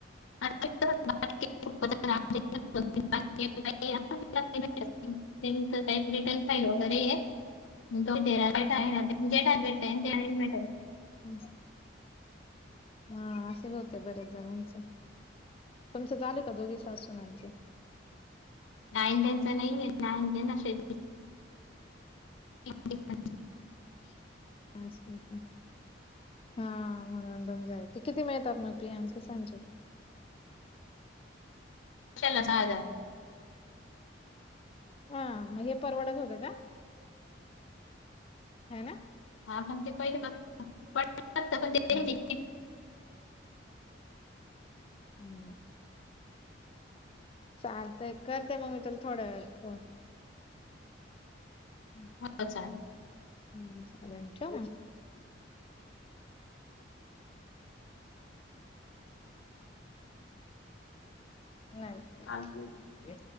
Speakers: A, on the left; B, on the left.
A: <inaudible> रिटर्न फाईल वगैरे <inaudible> जेटाेटय मिल.
B: ह हा असंच होतंय बऱ्याच जणांच. तुमचं झाले का दोघे सास सुनांचे
A: नान टेनचा नाहीये नाने. त <inaudible>
B: ह का हा मनोरंजन झायते किती मिळतात मग पियाम सांजे
A: केला सहा हजार.
B: हा मग हे परवडत होत का ह ना.
A: हा पण ते पहिले पण ते
B: हम्म हम्म. चालते करते मग मी तुला थोड्या वेळात फोन हम्म.
A: हो चाल.
B: <inaudible> चा नाही.
A: चा <inaudible>
B: आणि